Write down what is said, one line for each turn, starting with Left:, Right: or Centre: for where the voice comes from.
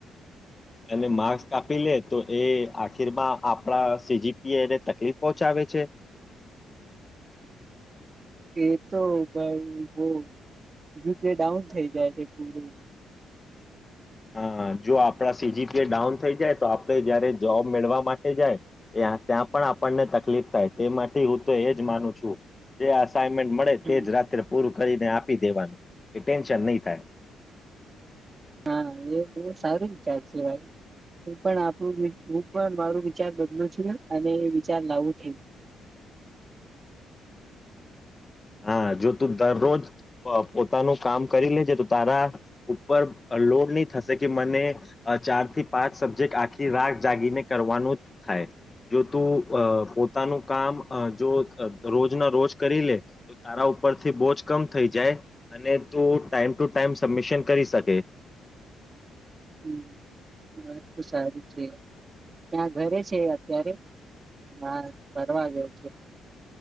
Left: અને માસ્ક આપી લે તો એ માં આપડા સીજીપી એ એને તકલીફ પહોંચાવે છે.
Right: એ તો ભાઈ બહીતે ડાઉન થઈ જાય છે પૂર
Left: હ જો આપડા સીજીપીએ ડાઉન થઈ જાય તો આપણે જયારે જોબ મેળવા માટે જાય ત ત્યાં પણ આપણને તકલીફ થાય તે માટે હું તો એજ માનું છું કે અઇનમેન્ટ મળે તે
Right: હમ
Left: જ રાત્રે પૂરું. કરીને આપી દેવાનું એ ટેન્શન નહી થાય.
Right: હા એ બહુ સારું વિચાર છે ભાઈ હું પણ આપું હું પણ મારું વિચાર બદલું છું અને એ વિચાર લાવું છું.
Left: હા જો તું દરરોજ પોતાનું કામ કરી લેજે તો તારા ઉપર લોડ નહી થશે કે મને ચાર થી પાંચ સબ્જેક્ટ આખી રાગ જાગીને કરવાનું થાય જો તું પોતાનું કામ જો રોજ ના રોજ કરી લે તો તારા ઉપરથી બોજ કમ થઈ જાય અને તો ટાઈમ ટુ ટાઈમ સબમિશન કરી શકે.
Right: હમ વાત તો સારી છે ત્યાં ઘરે છે અત્યારે બાર ફરવા ગવ છે.